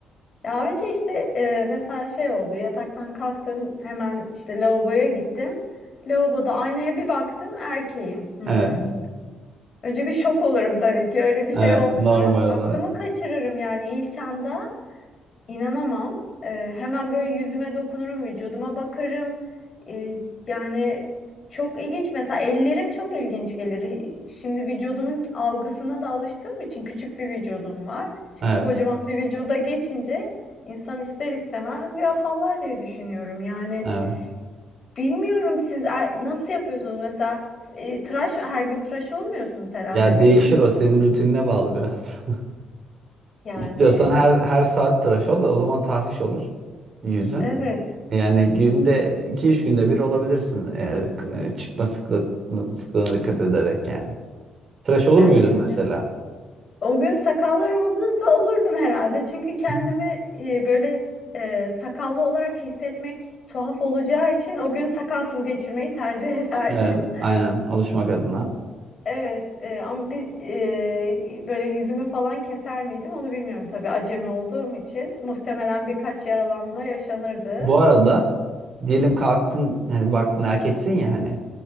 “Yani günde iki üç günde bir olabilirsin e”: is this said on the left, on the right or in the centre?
Right